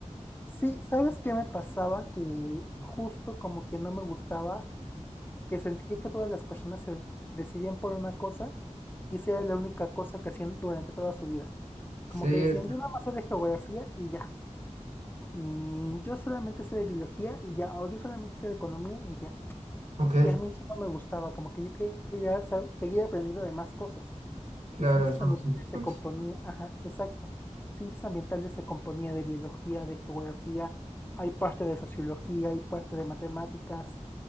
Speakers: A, on the left; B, on the right.
A: Sí, ¿sabes qué me pasaba? Que justo como que no me gustaba que sentía que todas las personas se decidían por una cosa y esa era la única cosa que hacían durante toda su vida.
B: Sí,
A: Como que decían,
B: es-
A: yo nada más sé de geografía y ya. Y yo solamente sé de biología y ya. O yo solamente sé de economía y ya.
B: ok,
A: Y a mí eso no me gustaba, como que yo quería sa- seguir aprendiendo de más cosas.
B: claro,
A: Y ciencias
B: eso
A: ambientales
B: más importante.
A: se componía, ajá, exacto. Ciencias ambientales se componía de biología, de geografía, hay parte de sociología, hay parte de matemáticas.